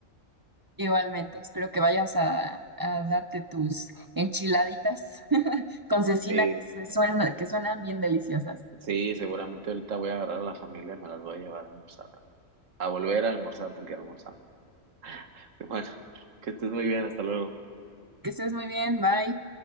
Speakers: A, on the right; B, on the right.
A: Igualmente, espero que vayas a, a darte tus enchiladitas <laughs> con cecina
B: Sí,
A: que se suena- que suenan bien deliciosas.
B: sí, seguramente ahorita voy a agarrar a la familia y me las voy a llevar a almorzar, a volver a almorzar porque ya almorzamos. <laughs> Bueno, que estés muy bien, hasta luego.
A: Que estés muy bien, bye.